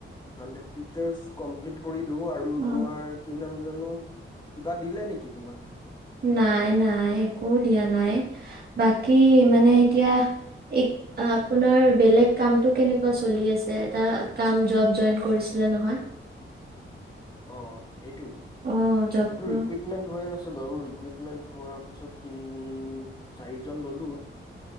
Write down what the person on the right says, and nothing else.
অ
নাই নাই একো দিয়া নাই বাকী
মানে এতিয়া এক আপোনাৰ বেলেগ কামটো কেনেকুৱা চলি আছে এটা কাম জব জইন কৰিছিলা নহয়
অ জবটো